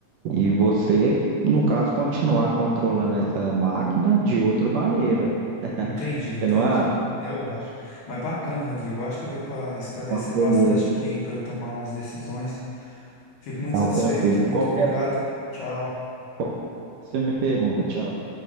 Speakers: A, on the right; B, on the left.
A: E você, no caso, continuar controlando essa máquina de outra maneira.
B: Entendi, entendi.
A: Você não acha?
B: Eu acho. Mas bacana, Rodrigo. Eu Acho que deu para esclarecer
A: Não, beleza.
B: bastante aqui para eu tomar umas decisões. Fico muito
A: Então,
B: satisfeito.
A: tranquilo.
B: Muito
A: Qualquer
B: obrigado. Tchau.
A: Qual- que Você me pergunta, tchau.